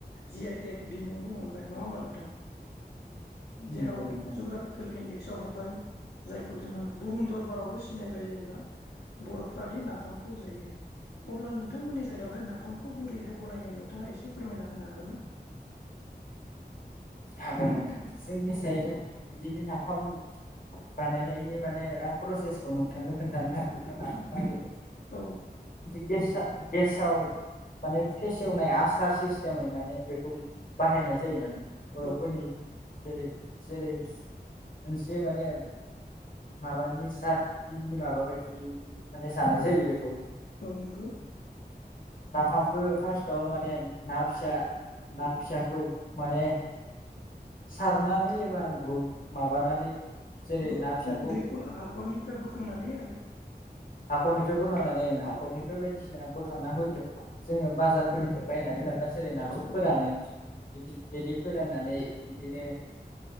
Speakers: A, on the left (about 75°); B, on the left (about 55°).
A: जि आइ टेक बिमुंबो मोनबाय नङा होमबा नोंथां। जेराव
B: नंगौ नोंथां नंगौ
A: जग्राफिकेल इन्डेक्स फाव हाबबाय जायखौ जोङो बुहुम दरबारावबो सिनायबाय जेनेबा बर'फ्रादि ना नाफामखौ जायो। अब्ला नोंथांमोननि साइडआवहाय नाफामखौ बोरैहाय बनायो नोंथाङा एसे फोरमायना होनो हागोन ना?
B: हागोन नोंथां जोंनि साइडाव बिदिनो नाफाम बानायनायनि माने प्रसेसखौ नोंथांनो खोन्थानो थांगोन ना नाफामा <unintelligible>
A: औ
B: <unintelligible> गेस आ गेसाव माने फेसेवनाय आसार सिस्टेमै माने बेखौ बाहायनाय जायो माने। बरफोरनि
A: औ
B: जेरै-जेरै मोनसे माने माबानि सात दिननि माबा बायदि माने जानाय जायो बेखौ।
A: औ नंगौ।
B: नाफामखौ फार्स्टआवनो माने ना फिसा ना फिसाखौ माने सारनानै एबा गु माबानानै जेरै
A: बो
B: ना फिसाखौ
A: दैखर हाखरनिफ्राय बोखांनानै आरो
B: हाखरनिफ्राय बोखांनानै ओ हाखरनिफ्राय
A: औ
B: बायदिसिना बो <unintelligible> जोङो बाजार फोरनिफ्राय बायनानै लाबो <inaudible> नाखौ फोरानो
A: औ
B: बिदि बिदि फोराननानै बिदिनो